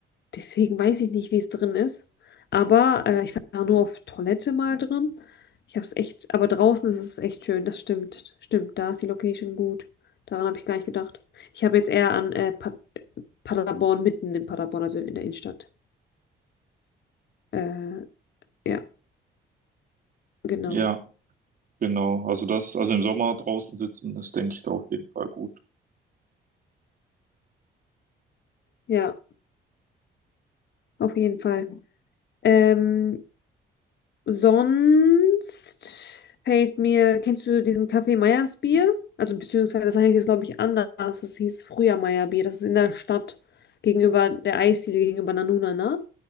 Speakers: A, on the left (about 60°); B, on the right (about 45°).
A: Deswegen weiß ich nicht, wie es drin ist. Aber äh, ich war nur auf Toilette mal drin. Ich habe es echt, aber draußen ist es echt schön. Das stimmt. Stimmt, da ist die Location gut. Daran habe ich gar nicht gedacht. Ich habe jetzt eher an äh, pa Paderborn, mitten in Paderborn, also in der Innenstadt. Äh, ja, genau.
B: Ja, genau. Also das, also im Sommer draußen sitzen, das denke ich da auf jeden Fall gut.
A: Ja, auf jeden Fall. Ähm, Sonst fällt mir, kennst du diesen Kaffee Meyers Bier? Also beziehungsweise das heißt jetzt, glaube ich, anders. Das hieß früher Meyer Bier. Das ist in der Stadt gegenüber der Eisdiele gegenüber Nanunana.